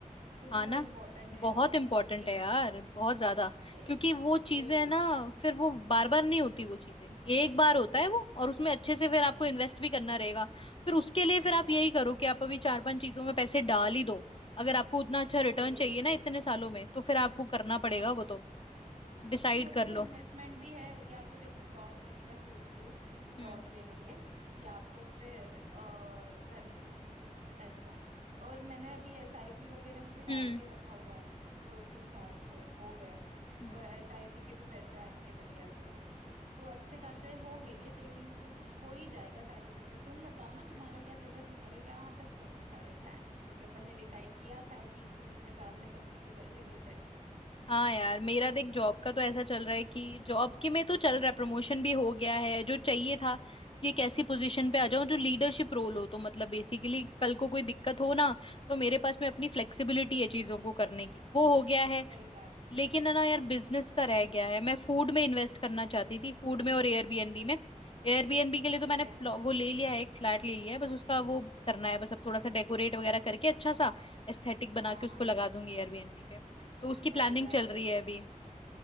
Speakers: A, on the right (about 65°); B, on the left (about 40°).
A: क्योंकि
B: हाँ
A: वो
B: ना
A: इम्पोर्टेंट
B: बहुत
A: है यार
B: इम्पोर्टेंट
A: एक
B: है यार बहुत ज्यादा
A: एक
B: क्योंकि वो
A: वही
B: चीजें है ना फिर वो बार बार नहीं होती वो चीजें एक बार होता है वो और उसमें अच्छे से फिर आपको इन्वेस्ट भी करना रहेगा फिर उसके लिए
A: सही
B: फिर आप
A: बात
B: यही करो
A: है
B: कि आप अभी चार पांच चीजों में पैसे डाल ही दो अगर आपको उतना अच्छा रिटर्न
A: वही
B: चाहिए ना इतने सालों में तो फिर आप वो करना
A: हाँ
B: पड़ेगा वो तो डिसाइड
A: नहीं वो देखो
B: कर लो
A: इन्वेस्टमेंट भी है या तो देखो प्लॉट लेने का सोच रही हूँ प्लॉट
B: हम्म
A: ले लेंगे या तो फिर अ, घर लेंगे ऐसा और मैंने अभी एसआईपी वगैरह में भी डाल
B: हम्म
A: के रखा हुआ है दो तीन साल से हो गया
B: हम्म
A: तो एसआईपी के भी पैसे आएंगे बढ़िया से तो अच्छे खासे हो गई है सेविंग्स तो हो ही जाएगा सारी चीजें तुम बताओ ना तुम्हारा क्या चल रहा है तुम्हारे क्या यहाँ तक पहुंचे सारे प्लान्स क्योंकि अपन ने डिसाइड किया था कि इतने इतने साल में सब चीजें कर लेंगे सेट
B: हाँ यार मेरा देख जॉब का तो ऐसा चल रहा है कि जॉब के में तो चल रहा है प्रमोशन भी हो गया है जो चाहिए था कि एक ऐसी पोजीशन पे आ जाऊं जो लीडरशिप रोल हो तो मतलब बेसिकली कल को कोई दिक्कत हो ना तो मेरे पास में अपनी फ्लेक्सिबिलिटी है चीजों को करने की वो हो गया है
A: सही बात है
B: लेकिन है ना यार
A: हाँ
B: बिजनेस का रह गया है मैं फूड में इन्वेस्ट करना चाहती थी फूड में और एयरबीएनबी में एयरबीएनबी के लिए
A: ठीक
B: तो मैंने
A: है
B: प्लॉ- वो ले लिया है एक फ्लैट ले लिया है बस उसका वो करना है बस अब थोड़ा सा डेकोरेट वगैरह करके अच्छा सा एस्थेटिक बना
A: हाँ
B: के उसको
A: हाँ
B: लगा
A: हाँ
B: दूंगी एयरबीएनबी पे तो उसकी
A: बढ़िया
B: प्लानिंग चल
A: है
B: रही
A: बढ़िया
B: है अभी
A: है।